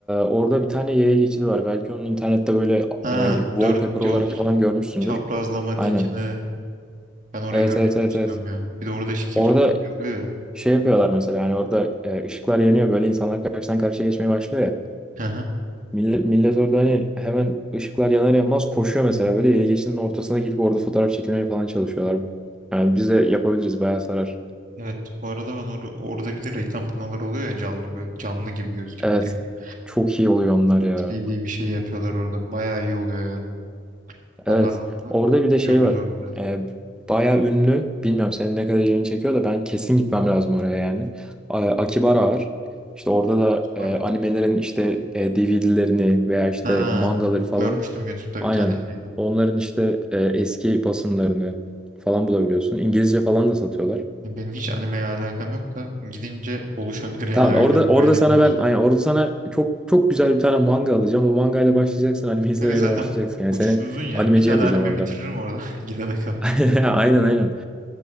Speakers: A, in the centre; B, on the right.
A: orada bir tane yaya geçidi var. Belki onu internette böyle
B: Ha
A: e, wallpaper
B: dört
A: olarak
B: yol
A: falan görmüşsündür.
B: çaprazlama
A: Aynen.
B: dikine. Ben orayı
A: Evet
B: görmeyi
A: evet
B: çok
A: evet
B: istiyorum
A: evet.
B: ya. Bir de orada şekil
A: Orada
B: şey oluyor
A: şey yapıyorlar mesela hani orada e, ışıklar yanıyor böyle insanlar karşıdan karşıya geçmeye başlıyor ya.
B: ya. <laughs>
A: Millet, millet orada hani hemen ışıklar yanar yanmaz koşuyor mesela böyle yaya geçidinin ortasına gidip orada fotoğraf çekilmeye falan çalışıyorlar. Yani biz de yapabiliriz bayağı sarar.
B: Evet bu arada ben or- orada bir de reklam panoları oluyor ya canlı böyle, canlı gibi gözüken
A: Evet.
B: ne bileyim
A: Çok iyi oluyor onlar ya.
B: 3D bir şey yapıyorlar orada bayağı iyi oluyor ya. Onları
A: Evet.
B: da
A: Orada bir de şey
B: görürüz
A: var.
B: orada zaten
A: Ee, bayağı ünlü. Bilmiyorum senin ne kadar ilgini çekiyor da ben kesin gitmem lazım oraya yani. A- Akibara var. İşte orada da e,
B: sonra.
A: animelerin işte DVD'lerini veya işte
B: Ha
A: mangaları falan.
B: görmüştüm YouTube'da
A: Aynen.
B: bir tane şeydi.
A: Onların işte e, eski basımlarını falan bulabiliyorsun. İngilizce falan da satıyorlar.
B: Benim hiç animeye alakam yok da gidince oluşabilir yani
A: Tamam
B: öyle
A: orada orada
B: öyle
A: sana
B: bir yer.
A: ben aynen orada sana çok çok güzel bir tane manga alacağım. O mangayla başlayacaksın anime izlemeye
B: Kanka zaten
A: de başlayacaksın. Yani
B: uçuş
A: seni
B: uzun ya
A: animeci
B: bir tane
A: yapacağım
B: anime
A: orada.
B: bitiririm orada <laughs> gidene kadar.
A: <laughs> Aynen aynen.